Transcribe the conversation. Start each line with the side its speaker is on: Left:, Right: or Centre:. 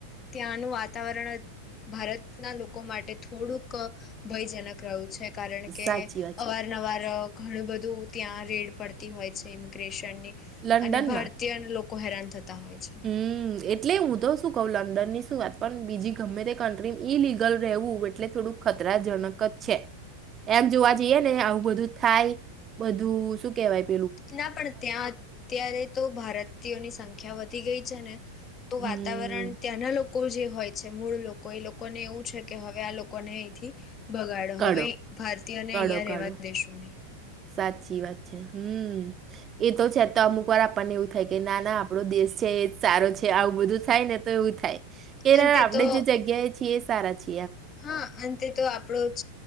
Left: ત્યાંનું વાતાવરણ જ ભારતના લોકો માટે થોડુંક ભયજનક રહ્યું છે કારણ કે
Right: સાચી વાત
Left: અવારનવાર
Right: છે
Left: ઘણું બધું ત્યાં રેડ પડતી હોય છે ઇમિગ્રેશન
Right: લંડનમાં
Left: અને ભારતીય ન લોકો કો હેરાન થત તા હોય છે
Right: હમ એટલે હું તો શું કહ લંડન ની શું વાત પણ બીજી ગમે તે કન્ટ્રી ઈલિગલ રહેવું એટલે થોડુંક ખતરાજનક જ છે એમ જોવા જઈએ ને આવું બધું થાય બધું શું કેવાય
Left: ના પણ ત્યાં અત્યારે તો ભારતીયોની સંખ્યા વધી ગઈ છે ને તો
Right: હમ
Left: વાતાવરણ ત્યાંના લોકો લોકો જે હોય છે મૂળ લોકો એ લોકોને એવું છે કે હવે આ લોકોને અહીંથી ભગાડો
Right: કાઢો
Left: હવે ભારતીયને
Right: કાઢો
Left: અહિયાં
Right: કાઢો
Left: રહેવાના દેશો નહી
Right: સાચી વાત છે હમ એ તો છે તો અમુક વાર આપણને એવું થાય કે ના ના આપડો દેશ છે એ સારો છે આવું બધું થાય ને તો એવું થાય કે
Left: અંતે
Right: આપડે
Left: તો
Right: જે જગ્યાએ છી એ સારા છે
Left: હા અંત તે તો આપડો જ